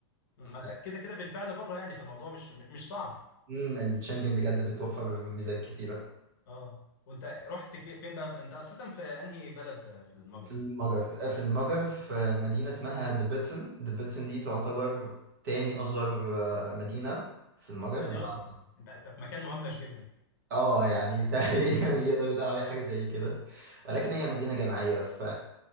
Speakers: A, on the left (about 45°); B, on the right (about 45°).
A: مم.
B: ف-
A: ما انت كده كده بالفعل بره يعني فالموضوع مش مش صعب
B: مم، الشنجن بجد بتوفر ميزات كتيرة
A: اه وانت رحت كي- فين بقى في... انت اساسا في انهي بلد آه، في المجر
B: في المجر آه، في المجر في مدينة اسمها دبتسن دبتسن دي تعتبر تاني أصغر آه، مدينة في المجر
A: تاني
B: بعد-
A: اصغر انت انت في مكان مهمش جدا
B: اه يعني تقريبا <laughs> يقدر يتقال عليها حاجة زي كده ولكن هي مدينة جامعية ف